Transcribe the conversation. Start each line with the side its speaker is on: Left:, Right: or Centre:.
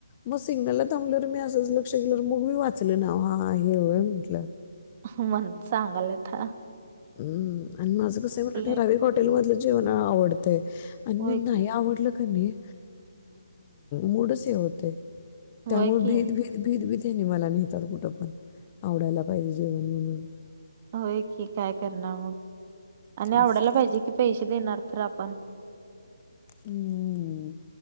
Left: मग सिग्नलला थांबल्यावर, मी असं लक्ष केलं मग मी वाचल ना हा हेय म्हंटलं
Right: मण चांगलयता
Left: हम्म आणि माझं कस आहे, मला ठराविक
Right: इथ
Left: हॉटेल मधलं जेवण आवडतय. अन
Right: होय
Left: नाही
Right: की
Left: आवडलं का नाही मूडच हे होतय.
Right: होय
Left: त्यामुळे
Right: की
Left: भीत भीत, भीत भीतच मेनी नेतात मला तर कुठं पण, आवडायला पाहिजे जेवण म्हणून.
Right: होय की, काय करणार मग आणि आवडायला
Left: असं
Right: पाहिजे की पैसे देणार तर आपण
Left: हम्म